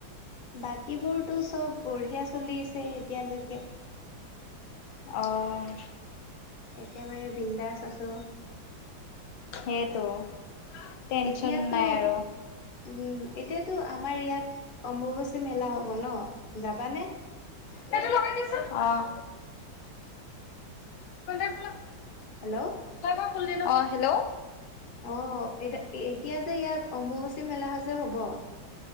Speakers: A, on the left; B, on the left.
A: বাকীবোৰতো চব বঢ়িয়া চলি আছে এতিয়ালৈকে।
B: অহ।
A: একেবাৰে বিন্দাছ আছোঁ।
B: সেইটো। টেনচন
A: এতিয়াটো
B: নাই আৰু।
A: উম, এতিয়াতো আমাৰ ইয়াত অম্বুবাচী মেলা হ'ব ন' যাবানে?
B: সেইটো লগাই দিয়াচোন অহ'। <unintelligible>
A: হেল্ল?
B: তই আকৌ খুললি নহ? অঁ হেল্ল।
A: অঁ, এতিয়া এতিয়া যে ইয়াত অম্বুবাচী মেলা হৈছে হ'ব।